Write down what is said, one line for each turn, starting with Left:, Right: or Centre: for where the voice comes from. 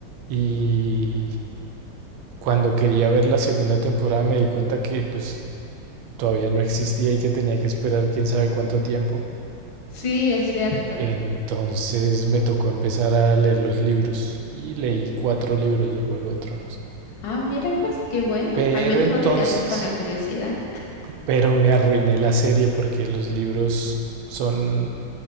Right: y cuando quería ver la segunda temporada me di cuenta que pues todavía no existía y que tenía que esperar quién sabe cuánto tiempo.
Left: Sí, es cierto.
Right: Entonces me tocó empezar a leer los libros y leí cuatro libros de Juego de Tronos.
Left: Ah, mira, pues qué bueno.
Right: Pero
Left: Al menos
Right: entonces...
Left: no te quedaste con la curiosidad.
Right: Pero me arruiné la serie porque los libros son